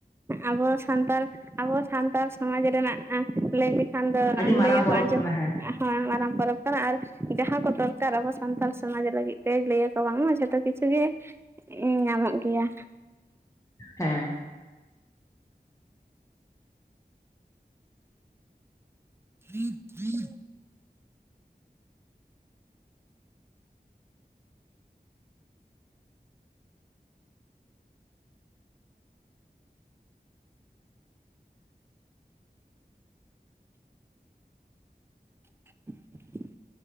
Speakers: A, on the right (about 15°); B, on the left (about 20°).
A: ᱟᱵᱚ ᱥᱟᱱᱛᱟᱲ ᱟᱵᱚ ᱥᱟᱱᱛᱟᱲ ᱥᱚᱢᱟᱡᱽ ᱨᱮᱱᱟᱜ ᱞᱟᱹᱭ ᱞᱤᱠ ᱠᱷᱟᱱ ᱫᱚ
B: ᱟᱹᱰᱤ ᱢᱟᱨᱟᱝ
A: ᱞᱟᱹᱭᱟᱠᱚ
B: ᱯᱚᱨᱚᱵᱽ
A: ᱟᱸᱡᱚᱢ
B: ᱠᱟᱱᱟ ᱦᱮᱸ
A: ᱢᱟᱨᱟᱝ ᱯᱚᱨᱚᱵᱽ ᱠᱟᱱᱟ ᱟᱨ ᱡᱟᱦᱟᱸ ᱠᱚ ᱫᱚᱨᱠᱟᱨ ᱟᱵᱚ ᱥᱟᱱᱛᱟᱲ ᱥᱚᱢᱟᱡᱽ ᱞᱟᱹᱜᱤᱫ ᱛᱮᱭ <unintelligible> <unintelligible> ᱡᱷᱚᱛᱚ ᱠᱤᱪᱷᱩ ᱜᱮ ᱧᱟᱢᱚᱜ ᱜᱮᱭᱟ
B: ᱦᱮᱸ
A: <inaudible> <inaudible>